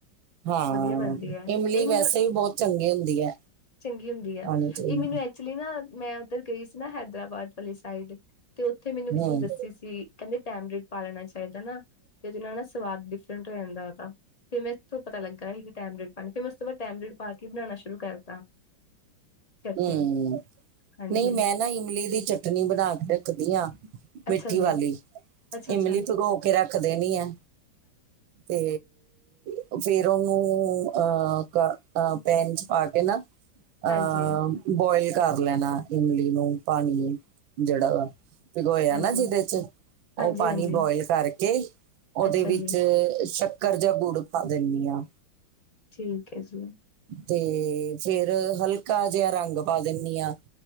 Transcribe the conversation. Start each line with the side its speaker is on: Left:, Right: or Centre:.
Right: ਹਾਂ
Left: ਵਧੀਆ ਬਣਦੀ ਹੈ
Right: ਇਮਲੀ
Left: ਇਹ
Right: ਵੈਸੇ
Left: ਮੈਨੂੰ
Right: ਵੀ ਬਹੁਤ ਚੰਗੀ ਹੁੰਦੀ ਹੈ
Left: ਚੰਗੀ ਹੁੰਦੀ ਆ
Right: ਖਾਣੀ ਚਾਹੀਦੀ
Left: ਇਹ ਮੈਨੂੰ ਐਕਚੁਲੀ ਨਾ ਮੈਂ ਉੱਧਰ ਗਈ ਸੀ ਨਾ ਹੈਦਰਾਬਾਦ ਵਾਲੇ ਸਾਈਡ ਤੇ ਉੱਥੇ ਮੈਨੂੰ ਕਿਸੇ
Right: ਹੂੰ
Left: ਨੇ ਦੱਸੀ ਸੀ। ਕਹਿੰਦੇ ਟੈਮਰਿੰਡ ਪਾ ਲੈਣਾ ਚਾਹੀਦਾ ਨਾ ਤੇ ਉਹਦੇ ਨਾਲ ਨਾ ਸਵਾਦ ਡਿਫਰੈਂਟ ਹੋ ਜਾਂਦਾ ਹੈਗਾ। ਫਿਰ ਮੈਂ ਤੋਂ ਪਤਾ ਲੱਗਾ ਸੀ ਟੈਮਰਿੰਡ ਪਾਣੀ ਫਿਰ ਮੈਂ ਉਸ ਤੋਂ ਬਾਅਦ ਟੈਮਰਿੰਡ ਪਾ ਕੇ ਬਣਾਉਣਾ ਸ਼ੁਰੂ ਕਰਤਾ। ਚਟਨੀ।
Right: ਹਮ
Left: ਹਾਂਜੀ
Right: ਨਹੀਂ ਮੈਂ ਨਾ ਇਮਲੀ ਦੀ ਚਟਨੀ ਬਣਾ ਕੇ ਰੱਖਦੀ ਹਾਂ। ਮਿੱਠੀ
Left: ਅੱਛਾ ਜੀ
Right: ਵਾਲੀ
Left: ਅੱਛਾ-ਅੱਛਾ
Right: ਇਮਲੀ ਭਕੋ ਕੇ ਰੱਖ ਦੇਣੀ ਹੈ। ਤੇ ਤੇ ਫੇਰ ਉਹਨੂੰ ਅਹ ਪੈਨ ਚ ਪਾ ਕੇ ਨਾ।
Left: ਹਾਂਜੀ-ਹਾਂਜੀ,
Right: ਅਹ ਬੋਇਲ ਕਰ ਲੈਣਾ ਇਮਲੀ ਨੂੰ। ਪਾਣੀ ਜਿਹੜਾ ਵਾ ਭਿਗੋਇਆ
Left: ਹਾਂਜੀ-ਹਾਂਜੀ,
Right: ਨਾ ਜਿਹਦੇ ਚ
Left: ਹਾਂਜੀ-ਹਾਂਜੀ
Right: ਉਹ ਪਾਣੀ ਬੋਆਇਲ ਕਰਕੇ ਉਹਦੇ
Left: ਅੱਛਾ
Right: ਵਿੱਚ
Left: ਜੀ
Right: ਸ਼ਕ ਰ ਜ਼ਾ ਗੁੜ ਪਾ ਦਿੰਦੀ ਹਾਂ।
Left: ਠੀਕ ਹੈ ਜੀ।
Right: ਤੇ ਫੇਿਰ ਹਲਕਾ ਜਿਹਾ ਰੰਗ ਪਾ ਦਿੰਦੀ ਹਾਂ।